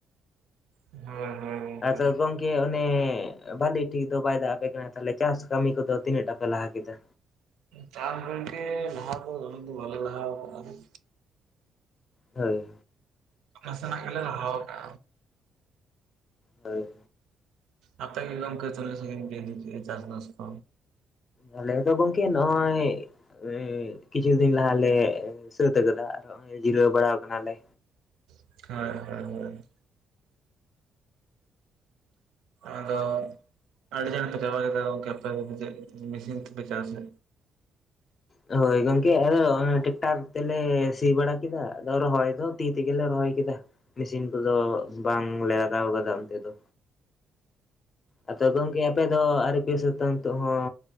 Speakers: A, on the right; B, on the left.
A: ᱦᱳᱭ, ᱦᱳᱭ᱾ ᱜᱚᱝᱠᱮ
B: ᱟᱫᱚ ᱜᱚᱢᱠᱮ ᱚᱱᱮ ᱵᱟᱹᱜᱤ ᱴᱷᱤᱠ ᱫᱚ ᱵᱟᱭ ᱫᱟᱜ ᱟᱯᱮ ᱠᱟᱱᱟ, ᱛᱟᱦᱞᱮ ᱪᱟᱥ ᱠᱟᱹᱢᱤ ᱠᱚᱫᱚ ᱛᱤᱱᱟᱹᱜ ᱴᱟᱜ ᱯᱮ ᱞᱟᱦᱟ ᱠᱮᱫᱟ?
A: ᱪᱟᱥ ᱜᱚᱢᱠᱮ ᱞᱟᱦᱟ ᱫᱚ ᱵᱟᱞᱮ ᱞᱟᱦᱟ ᱟᱠᱟᱱᱟ ᱚᱸ᱾
B: ᱦᱳᱭ᱾
A: ᱱᱟᱥᱮᱱᱟᱜ ᱜᱮᱞᱮ ᱞᱟᱦᱟᱣ ᱠᱟᱜᱼᱟ᱾
B: ᱦᱳᱭ᱾
A: ᱟᱯᱮ‌ ᱜᱮ ᱜᱚᱝᱠᱮ‌ ᱛᱤᱱᱟᱹᱜ ᱥᱟᱺᱜᱤᱧ ᱯᱮ ᱤᱫᱤ ᱠᱮᱜᱼᱟ ᱪᱟᱥᱼᱵᱟᱥ ᱠᱚ?
B: ᱟᱞᱮ ᱫᱚ ᱜᱚᱝᱠᱮ ᱱᱚᱜ-ᱚᱭᱼᱼ ᱮᱻᱭ ᱠᱤᱪᱷᱩ ᱫᱤᱱ ᱞᱟᱦᱟ ᱞᱮ ᱥᱟᱹᱛ ᱠᱟᱫᱟ ᱟᱨ ᱦᱚᱸᱜᱼᱚᱭ ᱡᱤᱨᱟᱹᱣ ᱵᱟᱲᱟᱣ ᱠᱟᱱᱟ ᱞᱮ᱾
A: ᱦᱤᱭ, ᱦᱳᱭ, ᱦᱳᱭ᱾ ᱟᱫᱚ ᱟᱰᱤ ᱪᱟᱬ ᱫᱚᱯᱮ ᱨᱟᱦᱚᱭ ᱪᱟᱵᱟ ᱜᱚᱜ ᱠᱮᱜ ᱟᱯᱮ ᱪᱮᱜ ᱯᱮ ᱢᱤᱥᱤᱱ ᱛᱮᱯᱮ ᱪᱟᱥᱟ?
B: ᱦᱳᱭ ᱜᱚᱝᱠᱮ ᱟᱫᱚ ᱚᱱᱮ ᱴᱮᱠᱴᱟᱨ ᱛᱮᱞᱮ ᱥᱤ ᱵᱟᱲᱟ ᱠᱮᱫᱟ, ᱟᱫᱚ ᱨᱚᱦᱚᱭ ᱫᱚ ᱛᱤ ᱛᱮᱜᱮ ᱞᱮ ᱨᱚᱦᱚᱭ ᱠᱮᱫᱟ᱾ ᱢᱮᱥᱤᱱ ᱠᱩᱫᱚ ᱵᱟᱝ ᱞᱮ ᱞᱟᱜᱟᱣ ᱠᱟᱫᱟ ᱚᱱᱛᱮ ᱫᱚ᱾ ᱟᱫᱚ ᱜᱚᱝᱠᱮ ᱟᱯᱮ ᱫᱚ ᱟᱣᱨᱤ ᱯᱮ ᱥᱟᱹᱛᱟ ᱱᱤᱛᱚᱜ ᱦᱚᱸ